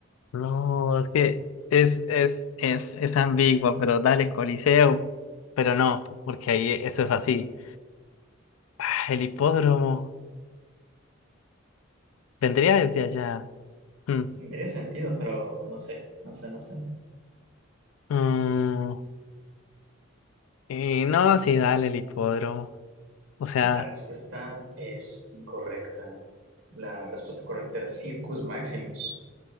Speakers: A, on the left; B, on the right.
A: No, es que es, es, es, es ambigua, pero dale, Coliseo. Pero no, porque ahí eso es así. Ah, el hipódromo vendría desde allá. Mm.
B: Tendría sentido, pero no sé, no sé, no sé.
A: Mm, y no, sí, dale el hipódromo. O sea,
B: La respuesta es incorrecta. La respuesta correcta era Circus Maximus.